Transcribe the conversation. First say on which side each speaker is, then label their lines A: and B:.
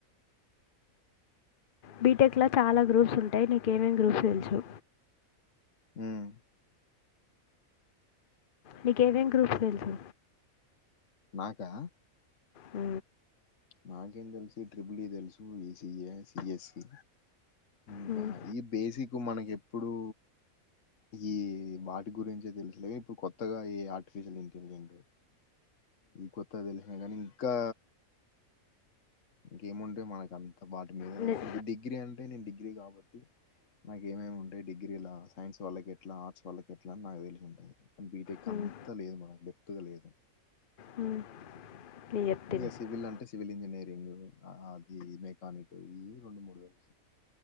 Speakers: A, on the left; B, on the left.
A: బీటెక్ లో చాలా గ్రూప్స్ ఉంటాయి నీకేమేం గ్రూప్స్ తెలుసు
B: మ్మ్
A: నీక ఏమేం గ్రూప్స్ తెలుసు
B: నాకా
A: ఉ
B: నాకేం తెలుసు ట్రిబల్ ఈ తెలుసు ఈఏ సిఎస్సి ఇంకా
A: మ్మ్.
B: ఈ బేసిక్ మనకి ఎప్పుడు ఈ వాటి గురించి తెలుసులే ఇప్పుడు కొత్తగా ఈ ఆర్టిఫిషియల్ ఇంటెలిజెంట్ ఈ కొత్త తెలిసిన కాని ఇంకా ఇంకేముంటే మనకు అంత వాటి మీద
A: మ్మ్.
B: ఇప్పుడు మీరు డిగ్రీ అంటే నేను డిగ్రీ కాబట్టి నాకు ఏమేమి ఉంటాయి డిగ్రీలా సైన్స్ వాళ్ళకి ఎట్లా ఆర్ట్స్ వాళ్ళకి ఎట్లా అని నాకు తెలిసి ఉంటది బీటెక్
A: మ్మ్.
B: అంతా లేదు మనకు దీప్తా గా లేదు
A: మ్మ్. నేను చెప్తాను
B: ఇ సివిల్ అంటే సివల్ ఇంజనిర్ అది మెకానిక్ ఈ రెండు మూడు వలు